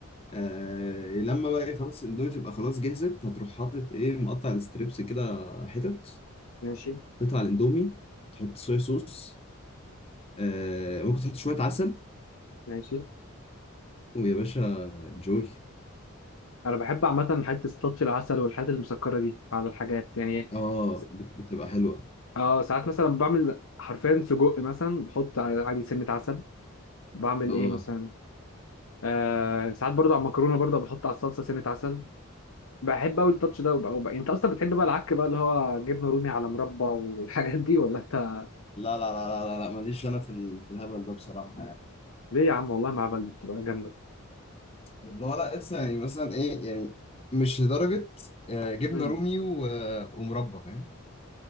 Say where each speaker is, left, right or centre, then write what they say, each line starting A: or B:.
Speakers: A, on the left (about 25°); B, on the left (about 75°).
A: آه لما بقى ايه خلاص الاندومي تبقى خلاص جهزت هتروح حاطط ايه مقطع الستريبس كده حتت
B: ماشي
A: تقطع الاندومي تحط صويا صوص آه ممكن تحط شويه عسل
B: ماشي
A: ويا باشا انجوي
B: انا بحب عامه حته تاتش العسل والحاجات المسكره دي على الحاجات يعني
A: اه
B: س-
A: بت- بتبقى حلوه
B: اه ساعات مثلا بعمل حرفيا سجق مثلا بحط ع- عادي سنه عسل بعمل
A: اه
B: ايه مثلا آه ساعات برضو على المكرونه برضو بحط على الصلصه سنه عسل بحب قوي التاتش ده وبقى وبقى. انت اصلا بتحب بقى العك بقى اللي هو جبنه رومي على مربى والحاجات دي ولا انت
A: لا لا لا لا لا لا، ماليش انا في ال- في الهبل ده بصراحه
B: ليه يا عم والله مع بلد بتبقى جامده
A: اللي هو لا لسه يعني مثلا ايه يعني مش لدرجة آه، جبنة
B: مم.
A: رومي و- آه، ومربى فاهم